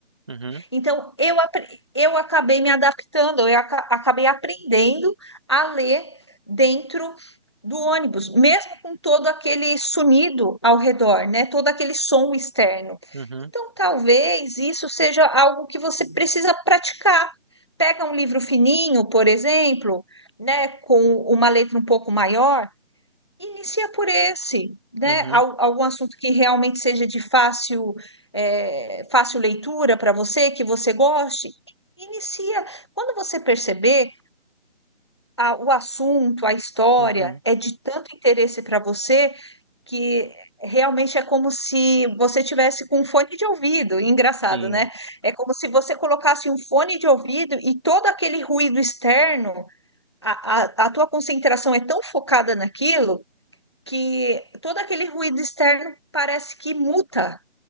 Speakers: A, on the right; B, on the left.
A: Uhum,
B: Então eu, apre- eu acabei me adaptando, eu aca- acabei aprendendo a ler dentro do ônibus, mesmo com todo aquele sonido ao redor, né, todo aquele som externo.
A: uhum,
B: Então talvez isso seja algo que você precisa praticar. Pega um livro fininho, por exemplo, né, com uma letra um pouco maior Inicia por esse, né?
A: uhum,
B: Al- Algum assunto que realmente seja de fácil, é, fácil leitura para você, que você goste. Inicia. Quando você perceber a- o assunto, a história
A: uhum,
B: é de tanto interesse para você que realmente é como se você tivesse com um fone de ouvido. Engraçado,
A: sim.
B: né? É como se você colocasse um fone de ouvido e todo aquele ruído externo, a, a a tua concentração é tão focada naquilo que todo aquele ruído externo parece que muta.